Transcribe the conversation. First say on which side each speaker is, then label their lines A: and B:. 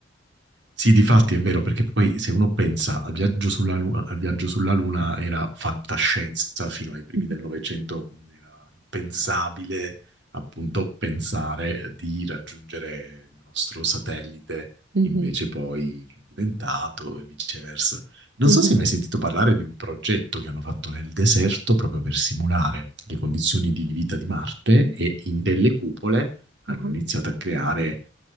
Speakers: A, on the right; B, on the right.
A: Sì, difatti è vero, perché poi se uno pensa al viaggio sulla Luna, al viaggio sulla Luna era fantascienza fino ai primi
B: <laughs>
A: del Novecento, era impensabile appunto pensare di raggiungere il nostro satellite,
B: Mhm,
A: invece poi è diventato e viceversa. Non
B: mhm,
A: so se hai mai sentito parlare di un progetto che hanno fatto nel deserto proprio per simulare le condizioni di vita di Marte e in delle cupole hanno
B: mhm.
A: iniziato a creare